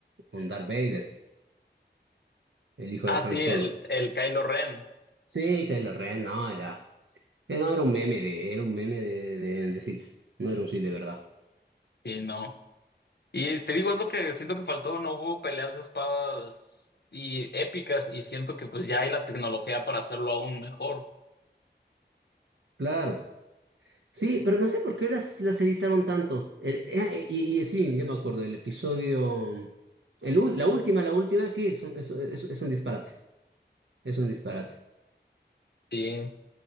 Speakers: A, on the right (about 80°); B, on the left (about 60°).
A: un Darth Vader, el hijo
B: Ah,
A: de
B: sí,
A: Han Solo.
B: el, el Kylo Ren.
A: Sí, Kylo Ren, no, era. Eh, no, era un meme de, era un meme de, de, de Sith. No era un Sith de verdad.
B: Sí, no. Y te digo, es lo que siento que faltó, no hubo peleas de espadas y épicas y siento que pues ya hay la tecnología para hacerlo aún mejor.
A: Claro. Sí, pero no sé por qué las, las editaron tanto. El- eh, eh, y, y sí, yo me acuerdo del episodio. El, ul- la última, la última, sí, es un, es, es, es un disparate. Es un disparate.
B: Y